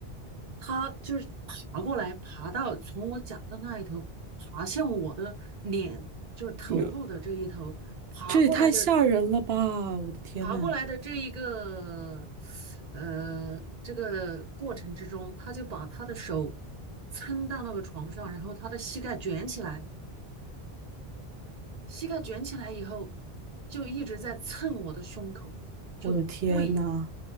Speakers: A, on the right; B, on the right.
A: 他就是爬过来，爬到从我脚的那一头，爬向我的脸，就是头部的这一头，
B: 没有
A: 爬过来的，
B: 这也太吓人了吧！我的天呐，
A: 爬过来的这一个，呃，这个过程之中，他就把他的手撑到那个床上，然后他的膝盖卷起来。膝盖卷起来以后，就一直在蹭我的胸口，就跪，
B: 我的天呐，